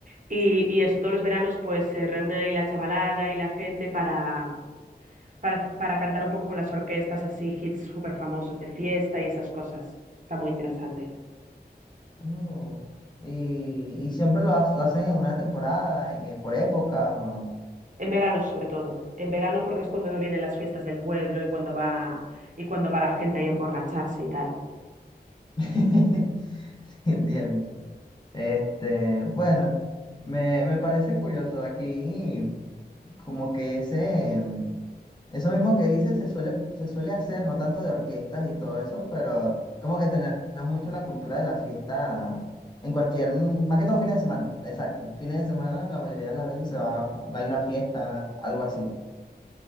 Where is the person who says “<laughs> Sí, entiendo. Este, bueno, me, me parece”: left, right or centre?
Left